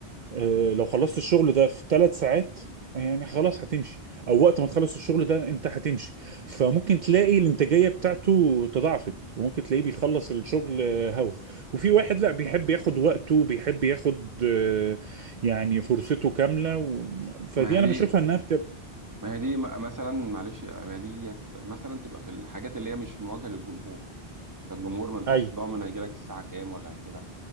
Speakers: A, on the right (about 50°); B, on the right (about 20°).
A: آه، لو خلصت الشغل ده في ثلاث ساعات يعني خلاص هتمشي او وقت ما تخلص الشغل ده انت هتمشي فممكن تلاقي الانتاجيه بتاعته تضاعفت وممكن تلاقيه بيخلص الشغل آه، هوا وفي واحد لا بيحب ياخد وقته بيحب ياخد آه، يعني فرصته كامله و... فدي
B: ما هي
A: انا
B: دي
A: بشوفها انها بتبقى
B: ما هي دي م- مثلا معلش ما هي دي مثلا تبقى في الحاجات اللي هي مش مواجهه للجمهور انت الجمهور ما انتش
A: ايوه
B: ضامن هيجي لك الساعه كام ولا هيجي لك